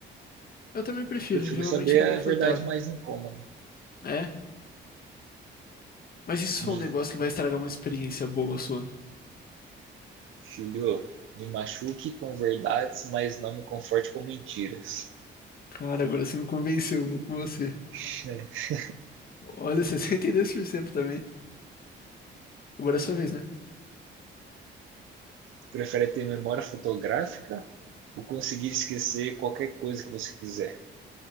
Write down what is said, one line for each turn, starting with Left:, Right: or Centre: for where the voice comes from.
Left: Eu também prefiro
Right: Eu prefiro
Left: viver
Right: saber
Left: uma mentira
Right: a
Left: confortável.
Right: verdade mais incômoda.
Left: É, mas isso
Right: Me
Left: foi um negócio que vai estragar uma experiência boa sua.
Right: filhou, me machuque com verdades, mas não me conforte com mentiras.
Left: Cara, agora você me convenceu, vou com você.
Right: <laughs>
Left: Olha, <laughs> 62% também. Agora é sua vez, né?
Right: Prefere ter memória fotográfica ou conseguir esquecer qualquer coisa que você quiser?